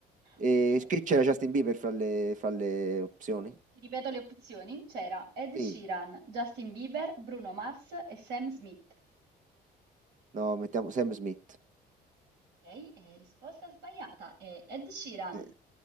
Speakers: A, on the right; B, on the right.
A: E
B: Ok.
A: che c'era Justin Bieber fra le, fra le opzioni?
B: Ti ripeto le opzioni. C'era Ed Sheeran,
A: Sì,
B: Justin Bieber, Bruno Mars e Sam Smith.
A: no, mettiamo Sam Smith.
B: Ok, eh, risposta sbagliata, è Ed Sheeran.
A: Eh,